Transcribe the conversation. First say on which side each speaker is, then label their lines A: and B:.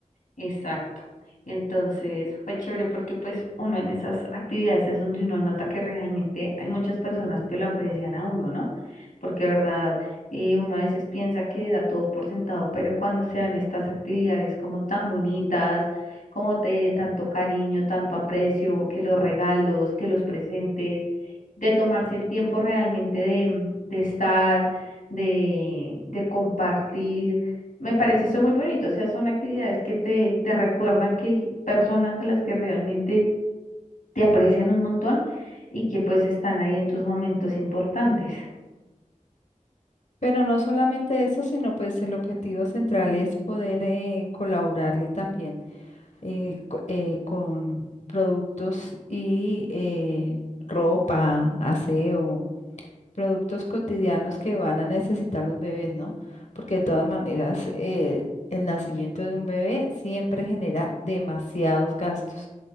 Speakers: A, on the left; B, on the left.
A: Exacto. Y entonces fue chévere porque pues uno en esas actividades es donde uno nota que realmente hay muchas personas que lo aprecian a uno, ¿no? Porque de verdad, eh, uno a veces piensa que da todo por sentado, pero cuando se dan estas actividades como tan bonitas, como de tanto cariño, tanto aprecio, que los regalos, que los presentes, de tomarse el tiempo realmente de, de estar, de, de compartir me parece eso muy bonito, o sea, son actividades que te, te recuerdan que hay personas a las que realmente te aprecian un montón y que pues están ahí en tus momentos importantes.
B: Pero no solamente eso, sino pues el objetivo central es poder eh, colaborarle también eh, co- eh, con productos y eh, ropa, aseo, productos cotidianos que van a necesitar los bebés, ¿no? Porque de todas maneras, eh, el nacimiento de un bebé siempre genera demasiados gastos.